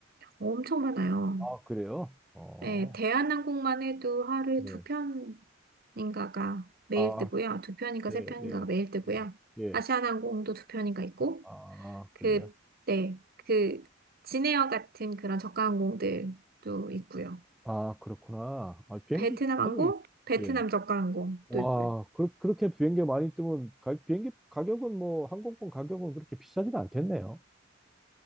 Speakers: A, on the right; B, in the centre.
A: 엄청 많아요.
B: 아, 그래요? 어,
A: 네, 대한항공만 해도 하루에
B: 네.
A: 두 편인가가 매일
B: 아,
A: 뜨고요. 두 편인가
B: 예,
A: 세 편인가가
B: 예,
A: 매일 뜨고요.
B: 예, 예.
A: 아시아나항공도 두 편인가 있고,
B: 아,
A: 그,
B: 그래요?
A: 네, 그, 진에어 같은 그런 저가항공들도 있고요.
B: 아, 그렇구나. 아, 비행기
A: 베트남
B: 편이,
A: 항공, 베트남
B: 예.
A: 저가항공도
B: 와,
A: 있고요.
B: 그, 그렇게 비행기 많이 뜨면 가, 비행기 가격은 뭐 항공권 가격은 그렇게 비싸진 않겠네요.